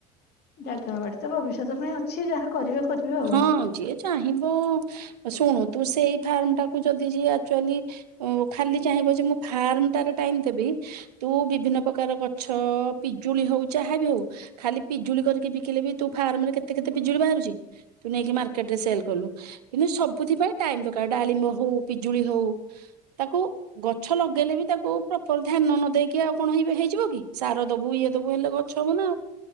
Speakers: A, on the left; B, on the right.
A: ଜାଗା ବାଡି ତ ଭବିଷ୍ୟତ ପାଇଁ ଅଛି ଯାହା କରିବେ କରିବେ। ଆଉ
B: ହଁ ଯିଏ ଚାହିଁବ ଶୁଣୁ ତୁ ସେଇ ଫାର୍ମ ଟାକୁ ଯଦି ଯିଏ ଆକ୍ଚୁଆଲି ଉଁ ଖାଲି ଚାହିଁବ ଯେ ମୁଁ ଫାର୍ମ ଟାରେ ଟାଇମ ଦେବି। ତୁ ବିଭିନ୍ନ ପକାର ଗଛ, ପିଜୁଳି ହଉ ଯାହା ବି ହଉ ଖାଲି ପିଜୁଳି କରିକି ବିକିଲେ ବି ତୁ ଫାର୍ମରେ କେତେ କେତେ ପିଜୁଳି ବାହାରୁଚି? ତୁ ନେଇକି ମାର୍କେଟେରେ ସେଲ୍ କଲୁ। କିନ୍ତୁ ସବୁଥି ପାଇଁ ଟାଇମ ଦରକାର ଡାଳିମ୍ବ ହଉ, ପିଜୁଳି ହଉ, ତାକୁ ଗଛ ଲଗେଇଲେ ବି ତାକୁ ପ୍ରପର ଧ୍ୟାନ ନ ଦେଇକି ଆଉ କଣ ହିବେ ହେଇଯିବ କି ସାର ଦବୁ ଇଏ ଦବୁ ହେଲେ ଗ ଛ ହବ ନା ଆଉ।